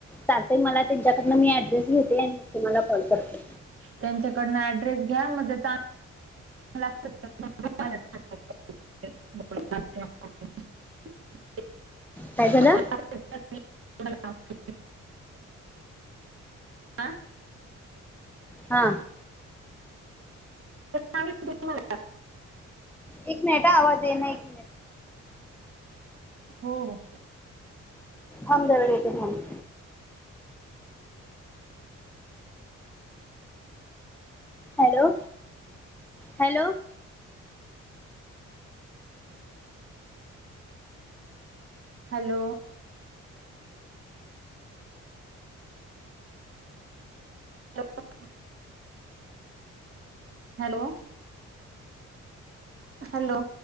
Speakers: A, in the centre; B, on the right.
A: चालतय मला त्यांच्याकडनं मी ऍड्रेस घेते आणि मग तुंम्हाला कॉल करते
B: त्यांच्याकडन ऍड्रेस घ्या मग त्याचा <inaudible>
A: काय झालं?
B: <unintelligible> <inaudible> आ
A: हा
B: सांगितलं तुम्हाला
A: एक मिनिटं हा आवाज येना इकडं
B: हो.. हो
A: थांब जरा येतो थांब.. hello... hello
B: hello.. <inaudible> hello.... hello